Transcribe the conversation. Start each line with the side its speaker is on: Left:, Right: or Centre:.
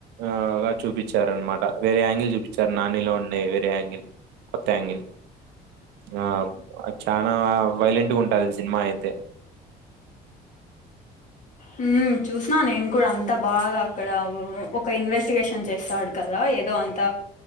Right: ఆగా చూపించారనమాట వేరే యాంగిల్ చూపించారు నానిలో ఉండయి వేరే <unintelligible> కొత్తంగిల్ ఆ చనా వైలెంట్ గా ఉంటుంది సినిమా అయితే
Left: హుమ్మ్ చూసిన నేను కూడా అంతా బాగా అక్కడ ఒక ఇన్వెస్టిగేషన్ చేస్తాడు కదా ఏదో అంత